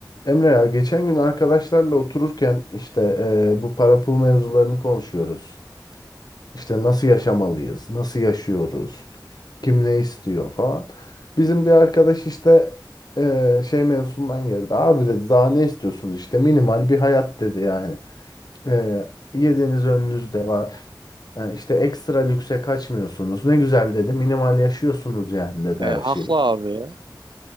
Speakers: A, on the left (about 60°); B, on the right (about 80°).
A: Emre ya geçen gün arkadaşlarla otururken işte eee, bu para pul mevzularını konuşuyoruz. İşte nasıl yaşamalıyız, nasıl yaşıyoruz, kim ne istiyor falan. Bizim bir arkadaş işte eee, şey mevzusundan girdi. Abi dedi daha ne istiyorsunuz işte minimal bir hayat dedi yani. Eee yediğiniz önünüzde var. Yani işte ekstra lükse kaçmıyorsunuz. Ne güzel dedi minimal yaşıyorsunuz yani dedi
B: E,
A: her
B: haklı
A: şeyi.
B: abi ya.